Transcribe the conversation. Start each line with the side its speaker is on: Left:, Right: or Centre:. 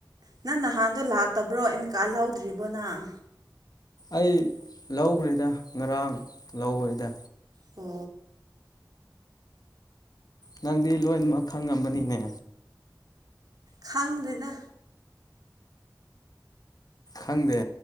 Right: ꯅꯪ ꯅꯍꯥꯟꯗꯣ ꯂꯥꯛꯇꯕ꯭ꯔꯣ ꯏꯃꯤꯀꯥ ꯂꯧꯗ꯭ꯔꯤꯕꯣ ꯅꯪ
Left: ꯑꯩ ꯂꯧꯈ꯭ꯔꯦꯗ ꯉꯔꯥꯡ ꯂꯧꯈꯦꯗ
Right: ꯀ
Left: ꯅꯪꯗꯤ ꯂꯣꯏꯅꯃꯛ ꯈꯪꯉꯝꯕꯅꯤꯅꯦ
Right: ꯈꯪꯗꯗ
Left: ꯍꯪꯗꯦ